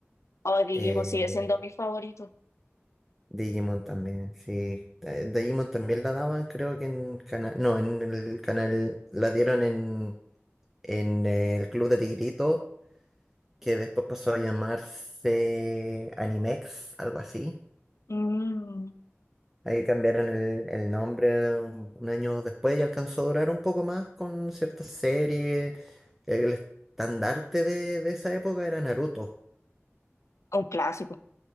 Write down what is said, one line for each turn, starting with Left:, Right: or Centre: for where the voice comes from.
Left: O Digimon
Centre: eh,
Left: sigue siendo mi favorito.
Centre: Digimon también, sí. Eh, Digimon también la daban, creo que en canal. No, en el canal. La dieron en, en el Club de Tigritos, que después pasó a llamarse Animex, algo así.
Left: Mm,
Centre: Ahí cambiaron el, el nombre un un año después y alcanzó a durar un poco más con ciertas series. El estandarte de, de esa época era Naruto.
Left: un clásico.